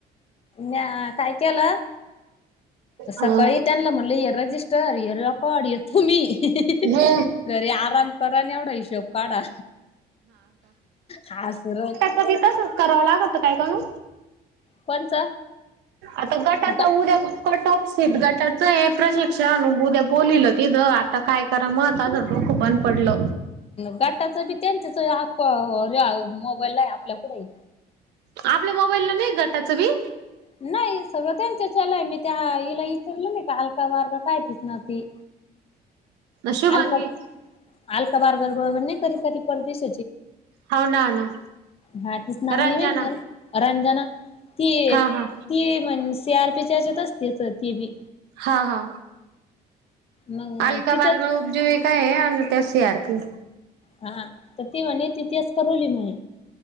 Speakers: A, on the left; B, on the right.
A: न काय केलं सकाळी
B: हम्म
A: त्यां आणलं म्हणलं इरजिस् तर यरकड ये तुम्ही
B: हे
A: घरी आराम करा नि एवढा हिशब काढा हा सुर.
B: तीताचच करावं लागत काय काणू.
A: कोणच
B: आता गटात
A: ग
B: उद्या कट सिितगटाच आहे प्रशिक्षण अु उद्या बोललील तिथं आता काय करा मग. त तर डोक बंद पडल.
A: गाटाच बी त्यांच्याच मोबाईल आहे आपल्या पुुढे
B: आपल्या मोबाईलला नाही गटाचं भी
A: नाही सगळं त्यांच्या चलय मी त्या हिला विचारल नाही का हलका बारका काय तस ना ते
B: शुभांगी
A: आल का आल काबार गडब नाही कर कधी पडतेस
B: होन ना
A: हा तीच नाव
B: रंजना
A: नि मा मला रंजना ती
B: हा
A: ती
B: हा
A: म्हण स आर चर्चेत असते अस टी बी
B: हा हा
A: मग
B: अलका
A: तिच्यात
B: बारगळ उपजीवी काय आहे आणि ते सी आरपी
A: हा तर ती म्हणे त इथिहास करवली म्ह